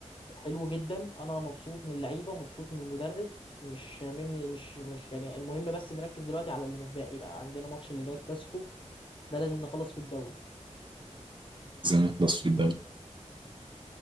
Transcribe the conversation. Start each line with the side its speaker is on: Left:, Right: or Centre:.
Left: حلو جدا انا مبسوط من اللعيبه مبسوط من المدرب مش شاممني مش مش يعني المهم بس نركز دلوقتي على اللي متبقي بقى عندنا ماتش اللي جاي كلاسيكو ده لازم نخلص فيه الدوري
Right: زي ما يخلص في الدوري